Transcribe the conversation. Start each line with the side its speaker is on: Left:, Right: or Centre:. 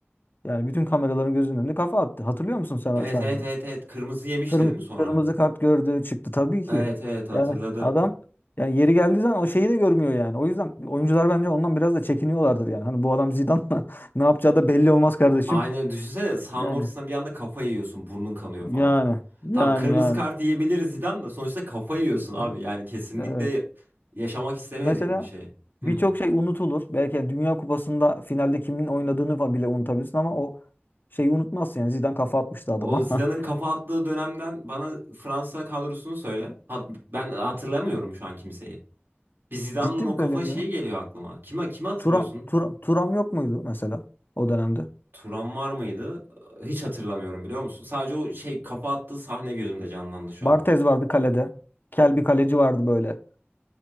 Left: yani bütün kameraların gözünün önünde kafa attı. Hatırlıyor musun sen
Right: Evet
Left: o sahneyi?
Right: evet evet evet. Kırmızı yemişti
Left: Kırm-
Right: değil mi sonra?
Left: kırmızı kart gördü çıktı tabii
Right: Evet
Left: ki.
Right: evet hatırladım.
Left: Yani adam yani yeri geldiği zaman o şeyi de görmüyor yani. O yüzden oyuncular bence ondan biraz da çekiniyorlardır yani. Hani bu adam Zidane'la <laughs> ne yapacağı da belli olmaz kardeşim.
Right: Aynen düşünsene sahanın
Left: Yani
Right: ortasına bir anda kafa yiyorsun burnun kanıyor falan.
Left: yani yani
Right: Tamam kırmızı
Left: yani.
Right: kart yiyebiliriz Zidane da sonuçta kafa yiyorsun abi.
Left: Hı,
Right: Yani kesinlikle
Left: Evet.
Right: yaşamak istemediğin
Left: Mesela
Right: bir şey. Hı.
Left: birçok şey unutulur. Belki yani Dünya Kupası'nda finalde kimin oynadığını falan bile unutabilirsin ama o şeyi unutmazsın yani. Zidane kafa atmıştı adama.
Right: O Zidane'ın kafa
Left: <laughs>
Right: attığı dönemden bana Fransa kadrosunu söyle. Hat- ben hatırlamıyorum şu an kimseyi. Bir Zidane'ın
Left: Ciddi
Right: o
Left: mi
Right: kafa
Left: söylüyorum
Right: şeyi
Left: ya?
Right: geliyor aklıma. Kime kimi hatırlıyorsun?
Left: Turam, Turam, Turam yok muydu mesela o dönemde?
Right: Turan var mıydı? Hiç hatırlamıyorum biliyor musun? Sadece o şey kafa attığı sahne gözümde canlandı şu
Left: Barthez
Right: an.
Left: vardı kalede. Kel bir kaleci vardı böyle.